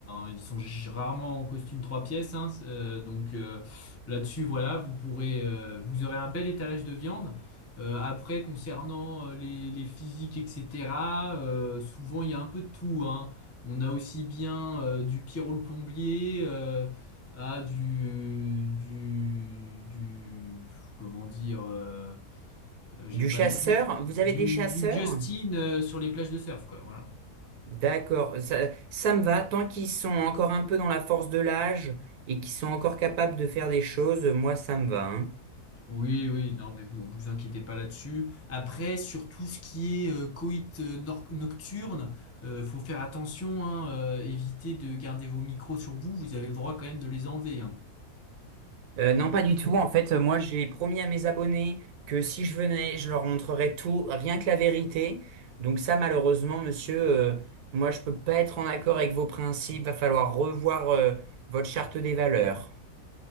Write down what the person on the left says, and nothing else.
Ils sont g- rarement en costume trois pièces, hein, c'est- euh, donc euh, là-dessus, voilà, vous pourrez, euh, vous aurez un bel étalage de viande. Euh, après, concernant euh, les, les physiques, etc., euh, souvent il y a un peu de tout, hein. On a aussi bien euh, du Pierrot le plombier euh, à du, du, du, comment dire. euh, euh, j'ai
pas
de nom.
Du,
du Justin euh, sur les plages de surf, quoi, voilà.
Oui, oui, non, mais vous vous inquiétez pas là-dessus. Après, sur tout ce qui est euh, coït euh, nor- nocturne, euh, faut faire attention, hein, euh, évitez de garder vos micros sur vous, vous avez le droit quand même de les enlever, hein.